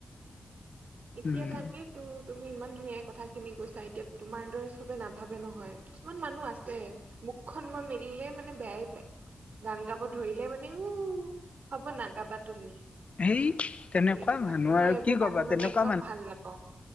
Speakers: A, on the right; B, on the left.
A: এতিয়া
B: উম
A: তাকে তো তুমি ইমান ধুনীয়াকে কথাখিনি কৈছা এতিয়া তোমাৰ দৰে চ বে নাভাবে নহয় কিছুমান মানুহ আ ছে মুখখন মই মেলিলে মানে বেয়াই পায়। গান গাব ধৰি এ মানে ও হ'ব নাগাবা তুমি।
B: হেই। তেনেকোৱা
A: সেইটো কাৰণে
B: মানুহ
A: মই
B: আৰু
A: এইবোৰ
B: কি কবা
A: মানুহ মানে
B: তেনেকোৱা
A: একদম ভাল নাপাও।